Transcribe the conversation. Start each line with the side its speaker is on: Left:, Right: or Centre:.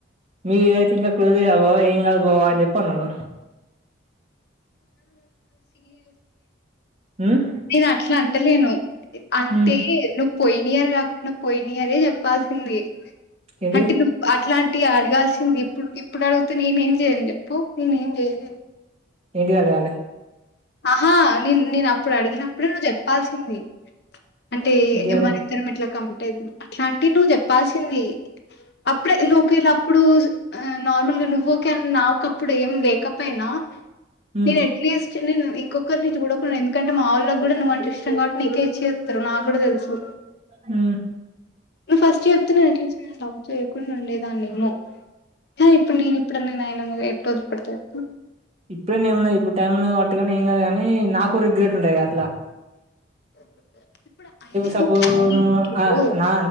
Right: మీ అయితే ఇంకా క్లోజ్ గే బావా ఏం కాదు బావా అని చెప్పి అన్నడు ఉమ్
Left: నేను అట్లా అంటలేను అంటే
Right: ఉమ్
Left: ను పోయిన ఇయర్ కాకుండా పోయిన ఇయరే చెప్పాల్సింది
Right: ఏంటి
Left: అంటే ఇప్పు ఇట్లాంటివి అడగాల్సింది ఇప్పుడు ఇప్పుడు అడుగుతే నేనే ఏం చెయను చెప్పు నేనే ఏం చేయలేను
Right: ఏంటి గాడు రాలే
Left: ఆహా ని నేను అప్పుడు అడిగినప్పుడే నువ్వు చెప్పాల్సింది అంటే
Right: ఏంటిది అడగా
Left: మది ఇద్దరం ఇట్లా క అట్లాంటివి నువ్వు చెప్పాల్సింది అప్పుడే లోకేళ్ళప్పుడు ఆ నార్మల్ గా నువ్వు నాకు నాకెప్పుడు ఏం లేకపోయినా
Right: ఉమ్
Left: నేను అట్లీస్ట్ నేను ఇంకొకరి నుంచి చడకున్నాను ఎందుకంటే అంటే మా వాళ్ళకి కూడా నువ్వంటే ఇష్టం కాట్టి నీకే ఇచ్చి చేస్తారు నాకు కూడా తెలుసు
Right: ఉ
Left: నువ్వు ఫస్ట్ చెప్తే అట్లీస్ట్ నేను నిన్ను లవ్ చేయకుండా ఉండేదాన్ని ఏమో ఇప్పుడు నేను ఇప్పుడ నాయనా నువ్వు నన్ను ఎప్పుడు వదిలిపెడతావో చెప్పు
Right: ఇప్పుడే ఏన్నా ఇప్పుడు టైం ఉన్నా పట్టి కానీ ఏం కాదు ని నాకు రిగ్రెట్ ఉంటాయి కద అట్లా
Left: <unintelligible> ఆయనకి
Right: సపోర్టు
Left: ఒక టైం ఇవ్వు.
Right: స నా